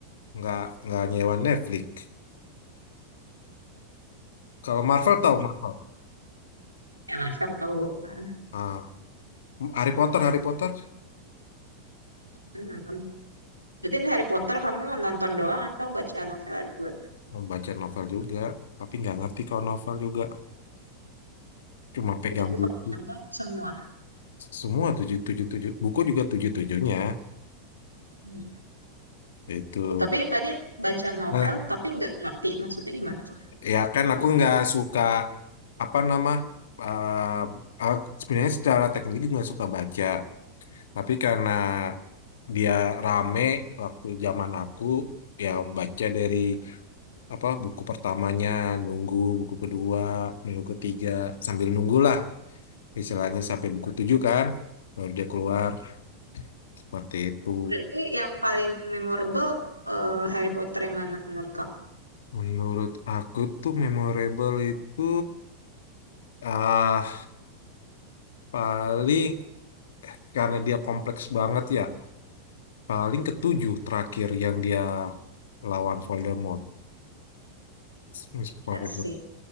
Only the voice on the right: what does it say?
Ya Marvel tahu. Ah,
Nonton. nonton. Berarti di Harry Potter kamu nonton doang atau baca novel juga?
Ya, Tapi
kalau nonton semua.
Hmm.
Tapi tadi baca novel
tapi nggak ngerti maksudnya gimana tuh.
Berarti yang paling memorable eh, Harry Potter yang mana menurut kamu?
Ya sih.